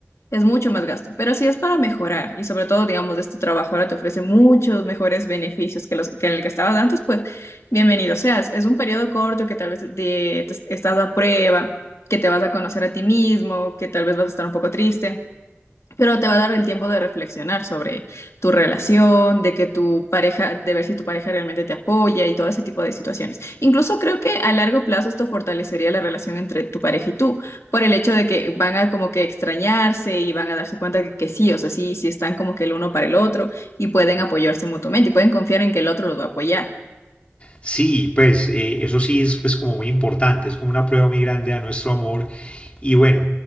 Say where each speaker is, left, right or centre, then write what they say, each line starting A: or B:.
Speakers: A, on the left (about 85°); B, on the left (about 25°).
A: Es mucho más gasto, pero sí es para mejorar y sobre todo, digamos, este trabajo ahora te ofrece muchos mejores beneficios que los que en el que estabas antes, pues bienvenido seas. Es un periodo corto que tal vez te- te- estás a prueba, que te vas a conocer a ti mismo, que tal vez vas a estar un poco triste pero te va a dar el tiempo de reflexionar sobre tu relación, de que tu pareja, de ver si tu pareja realmente te apoya y todo ese tipo de situaciones. Incluso creo que a largo plazo esto fortalecería la relación entre tu pareja y tú, por el hecho de que van a como que extrañarse y van a darse cuenta que, que sí, o sea, sí, sí están como que el uno para el otro y pueden apoyarse mutuamente y pueden confiar en que el otro los va a apoyar.
B: Sí, pues eh, eso sí es pues como muy importante, es como una prueba muy grande a nuestro amor Y bueno,